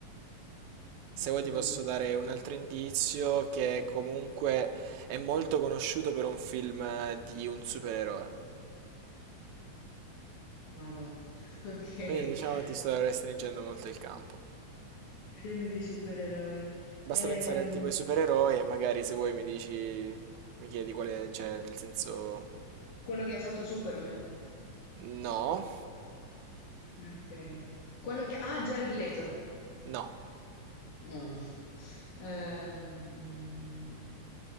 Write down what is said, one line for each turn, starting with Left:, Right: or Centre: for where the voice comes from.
Right: Se
Left: mm,
Right: vuoi ti posso dare un altro indizio che comunque è molto conosciuto per un film eh, di un supereroe.
Left: Madò. <laughs> Ok.
Right: Quindi diciamo che ti
Left: Ah,
Right: sto restringendo molto il campo.
Left: Film di supereroi.
Right: Basta
Left: Ehm,
Right: pensare a tipo ai supereroi e magari se vuoi mi dici, mi chiedi quale c'è, nel senso
Left: quello che ha fatto Superman.
Right: no,
Left: Ok. Quello che... Ah, Jared Leto.
Right: no,
Left: No. Ehm, mm,